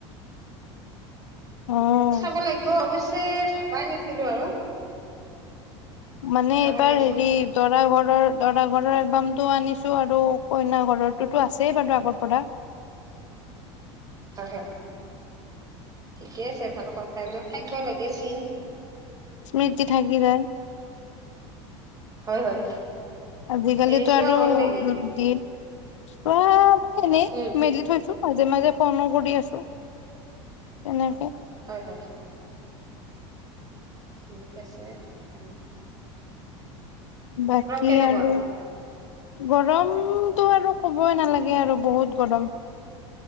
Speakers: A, on the left; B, on the right.
A: অ'।
B: চাব লাগিব অৱশ্যে ভাবাই নাছিলো আৰু।
A: মানে
B: চাব
A: এইবাৰ
B: লাগিব
A: হেৰি দৰা ঘৰৰ দৰা ঘৰৰ এলবামটোও আনিছোঁ আৰু কইনা ঘৰটোতো আছেই বাৰু আগৰ পৰা।
B: হয় হয় ঠিকে আছে ভাল কথা। এইবিলাক থাকিব লাগে চিন।
A: স্মৃতি থাকি যায়।
B: হয় হয়।
A: আজিকালিতো
B: এই চোৱা
A: আৰু
B: হ'ল নেকি
A: দিন চব এনে
B: উম
A: মেলি থৈছো মাজে মাজে ফোনো কৰি আছো। তেনে
B: হয় হয়। ঠিক আছে তাৰোপ
A: বাকী
B: কেনেকুৱা
A: আৰু গৰমতটো আৰু ক'বই নালাগে আৰু বহুত গৰম।